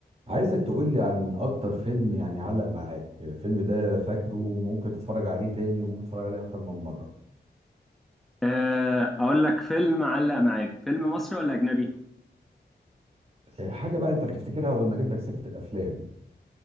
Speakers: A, on the right (about 35°); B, in the centre.
A: عايزك تقولي عن اكتر فيلم يعني علق معاك الفيلم ده فاكره وممكن تتفرج عليه تاني وممكن تتفرج عليه اكتر من مرة
B: آه، اقول لك فيلم علق معاك فيلم مصري ولا اجنبي
A: إيه، حاجة بقى انت بتفتكرها اول ما اجيب لك سيرة الافلام